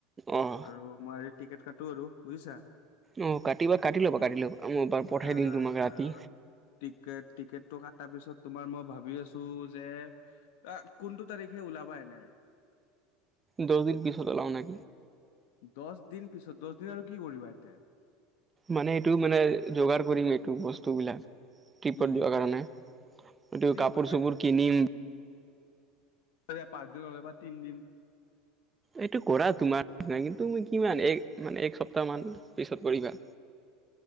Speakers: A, on the right; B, on the left.
A: অঁ
B: আৰু মই টিকেট কাটো আৰু বুজিছা।
A: অ', কাটিবা কাটি
B: আৰু
A: ল'বা কাটি ল'বা মই বাৰু পঠাই
B: আহ
A: দিম তোমাক
B: আৰু
A: ৰাতি।
B: টিকেট টিকেটটো কটাৰ পিছত তোমাৰ মই ভাবি আছোঁ যে আ কোনটো তাৰিখে ওলাবা এনে।
A: দহদিন পিছত ওলাও নাই।
B: দচ দিন পিছত দচ দিন আৰু কি কৰিবা ইয়াতে।
A: মানে এইটো মানে যোগাৰ কৰিম এইটো বস্তুবিলাক টিপত
B: কি
A: যোৱাৰ কাৰণে
B: অ
A: এইটো
B: ট্ৰিপৰ
A: কাপোৰ চাপোৰ কিনিম।
B: য়া পাঁচ দিন বা তিন দিন
A: এইটো কৰা তোমাৰ চিনা কিন্তু কিমান এক মানে এক সপ্তাহমান পিছত কৰিবা।